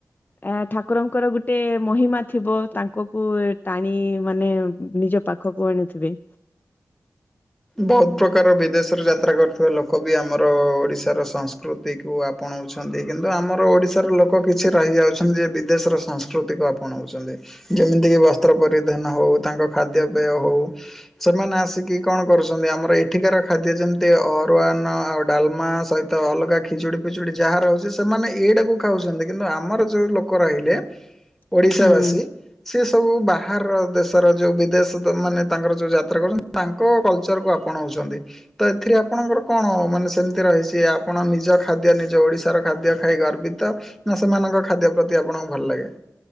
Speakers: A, on the left; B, in the centre.
A: ଏ ଠାକୁରଙ୍କର ଗୋଟେ ମହିମା ଥିବ, ତାଙ୍କ କୁ ଟାଣି ମାନେ ନିଜ ପାଖ ପାଖକୁ ଆଣିଥିବେ।
B: ବହୁତ ପ୍ରକାର ବିଦେଶରେ ଯାତ୍ରା କରୁଥିବା ଲୋକ ବି ଆମର ଓଡିଶାର ସାଂସ୍କୃତିକ କୁ ଆପଣାଉଛନ୍ତି, କିନ୍ତୁ ଆମର ଓଡ଼ିଶାର ଲୋକ କିଛି ରହିଯାଉଛନ୍ତି ଯେ ବିଦେଶର ସଂସ୍କୃତିକୁ ଆପଣାଉଚନ୍ତି। ଯେମିତିକି ବସ୍ତ୍ର ପରିଧାନ ହଉ, ତାଙ୍କ ଖାଦ୍ୟପେୟ ହଉ, ସେମାନେ ଆସିକି କଣ କରୁଛନ୍ତି? ଆମର ଏଠିକାର ଖାଦ୍ୟ ଯେମିତି ଅରୁଆନ ଆଉ ଡାଲମା ସହିତ ତ ଅଲଗା ଖିଚୁଡ଼ି ପିଚୁଡ଼ି ଯାହା ରହୁଛି, ସେମାନେ ଏଇଟାକୁ ଖାଉଛନ୍ତି କିନ୍ତୁ ଆମର ଯେଉଁ ଲୋକ ରହିଲେ
A: <inaudible>
B: ଓଡ଼ିଶା
A: ହୁଁ।
B: ବାସୀ, ସେ ସବୁ ବାହାରର ଦେଶର ଯୋଉ ବିଦେଶ ମାନେ ତାଙ୍କର ଯୋଉ ଯାତ୍ରା କରୁଚନ୍ତି ତାଙ୍କ କଲଚରକୁ ଆପଣାଉଚନ୍ତି। ତ ଏଥିରେ ଆପଣଙ୍କର କଣ ମାନେ ସେମିତି ରହିଛି, ଆପଣ ନିଜ ଖାଦ୍ୟ ନିଜ ଓଡିଶାର ଖାଦ୍ୟ ଖାଇ ଗର୍ବିତ ନା ସେମାନଙ୍କ ଖାଦ୍ୟ ପ୍ରତି ଆପଣଙ୍କୁ ଭଲ ଲାଗେ।